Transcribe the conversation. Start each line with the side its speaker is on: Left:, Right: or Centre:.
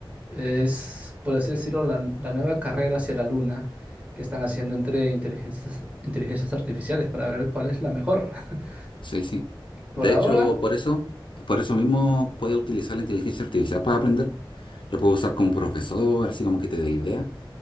Right: Es, por así decirlo, la, la nueva carrera hacia la luna que están haciendo entre inteligencias, inteligencias artificiales para ver cuál es la mejor. <laughs>
Left: Sí, sí.
Right: Por
Left: De
Right: ahora,
Left: hecho, por eso, por eso mismo puedes utilizar la inteligencia artificial para aprender. Lo puedes usar como profesor, así como que te dé ideas.